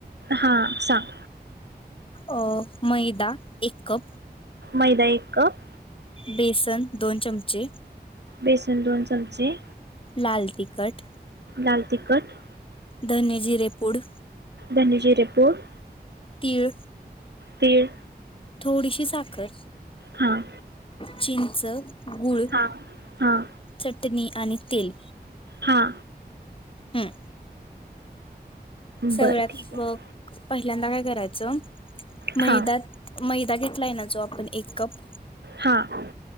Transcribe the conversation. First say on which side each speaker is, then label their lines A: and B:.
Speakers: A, on the right (about 85°); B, on the left (about 30°).
A: हां सांग.
B: अ मैदा एक कप
A: मैदा एक कप.
B: बेसन दोन चमचे
A: बेसन दोन चमचे
B: लाल तिकट
A: लाल तिकट
B: धने जीरे पूड
A: धने जीरे पुड
B: तीळ
A: तीळ
B: थोडीशी साखर
A: हां
B: चिंच गूळ
A: हां हां
B: चटणी आणि तेल
A: हां
B: हम्म सगळ्यात
A: बरं ठीक आहे.
B: मग पहिल्यांदा काय करायचं मैदा
A: हां
B: मैदा घेतला आहे ना जो आपण एक कप
A: हां